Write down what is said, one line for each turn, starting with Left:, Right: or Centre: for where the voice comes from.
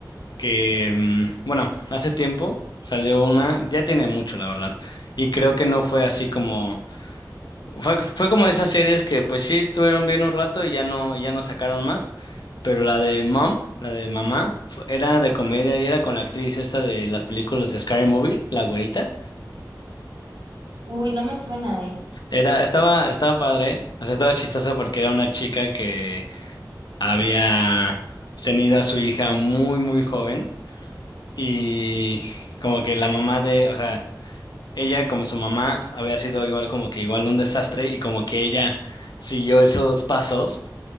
Left: que, mm, bueno, hace tiempo salió una, ya tiene mucho, la verdad, y creo que no fue así como, fue, fue como esas series que pues sí estuvieron bien un rato y ya no, y ya no sacaron más, pero la de Mom, la de Mamá, fu- era de comedia y era con la actriz esta de las películas de Scary Movie, la güerita.
Right: Uy, no me suena, ¿eh?
Left: Era, estaba, estaba padre, o sea, estaba chistosa porque era una chica que había tenido a su hija muy, muy joven y como que la mamá de, o sea, ella como su mamá había sido igual como que igual un desastre y como que ella siguió esos pasos,